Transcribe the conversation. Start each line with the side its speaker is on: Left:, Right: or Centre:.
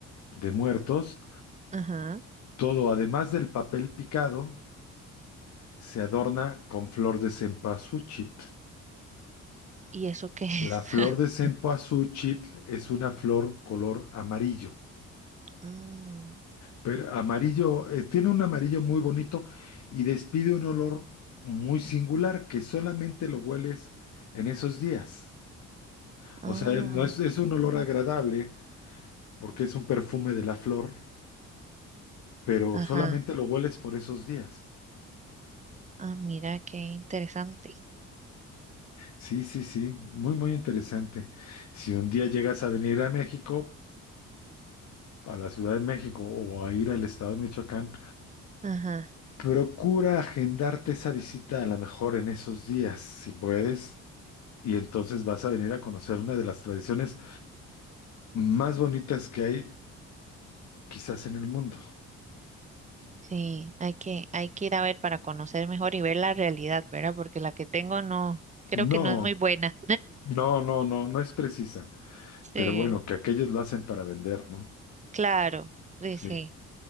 Left: de muertos,
Right: ajá.
Left: Todo, además del papel picado, se adorna con flor de cempasúchil.
Right: ¿Y eso qué es?
Left: La flor
Right: <laughs>
Left: de cempasúchil es una flor color amarillo,
Right: Mm,
Left: pero amarillo, eh, tiene un amarillo muy bonito y despide un olor muy singular que solamente lo hueles en esos días.
Right: Ah,
Left: O sea, no es, es un olor agradable porque es un perfume de la flor, pero
Right: ajá.
Left: solamente lo hueles por esos días.
Right: Ah, mira qué interesante.
Left: Sí, sí, sí, muy, muy interesante. Si un día llegas a venir a México, a la Ciudad de México o a ir al estado de Michoacán,
Right: Ajá.
Left: procura agendarte esa visita a lo mejor en esos días, si puedes, y entonces vas a venir a conocer una de las tradiciones más bonitas que hay quizás en el mundo.
Right: Sí, hay que, hay que ir a ver para conocer mejor y ver la realidad, ¿verdad? Porque la que tengo no, creo
Left: No,
Right: que no es muy buena.
Left: no, no, no, no es precisa,
Right: Sí,
Left: pero bueno, que aquellos lo hacen para vender, ¿no?
Right: claro, sí,
Left: Sí,
Right: sí.